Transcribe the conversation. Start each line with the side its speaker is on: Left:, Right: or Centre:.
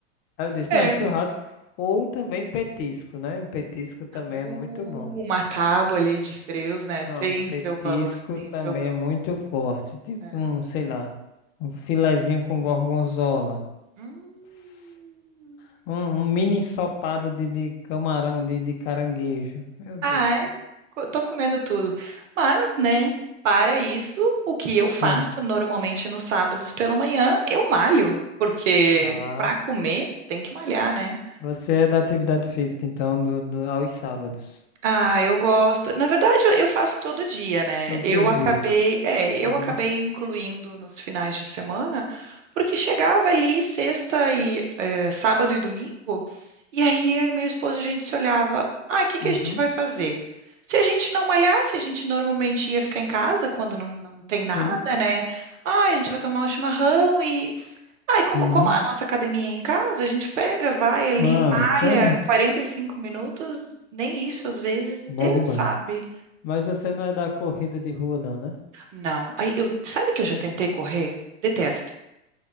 Left: Aí eu disse,
Right: É.
Left: não, é churrasco. Ou também petisco, né? Petisco também
Right: Uh,
Left: é muito bom.
Right: uma tábua ali de frios, né?
Left: Não,
Right: Tem
Left: petisco
Right: o seu valor, tem
Left: também
Right: o seu valor.
Left: é muito forte. Tipo
Right: É.
Left: um, sei lá, um filezinho com gorgonzola.
Right: Hum.
Left: Nossa. Um, um mini ensopado de, de camarão, de, de caranguejo. Meu Deus
Right: Ah,
Left: do céu.
Right: é? Co- Tô comendo tudo. Mas, né, para isso, o que eu faço
Left: Hum.
Right: normalmente nos sábados pela manhã, eu malho, porque
Left: Tá.
Right: para comer tem que malhar, né?
Left: Você é da atividade física, então, do, do- aos sábados.
Right: Ah, eu gosto. Na verdade, eu eu faço todo dia, né?
Left: Todos
Right: Eu
Left: os
Right: acabei,
Left: dias.
Right: é, eu
Left: Uhum.
Right: acabei incluindo nos finais de semana, porque chegava ali sexta e é, sábado e domingo, e aí eu e meu esposo a gente se olhava, ah, o que que
Left: Uhum.
Right: a gente vai fazer? Se a gente não malhasse, a gente normalmente ia ficar em casa quando não, não tem nada,
Left: Sim.
Right: né? Ah, a gente vai tomar um chimarrão e ah, e como,
Left: Uhum.
Right: como a nossa academia é em casa, a gente pega, vai ali,
Left: Ah,
Right: malha
Left: então,
Right: 45 minutos, nem isso às vezes, e
Left: bom
Right: Deus
Left: demais.
Right: sabe?
Left: Mas você não é da corrida de rua, não, né?
Right: Não. Aí eu, sabe que eu já tentei correr? Detesto.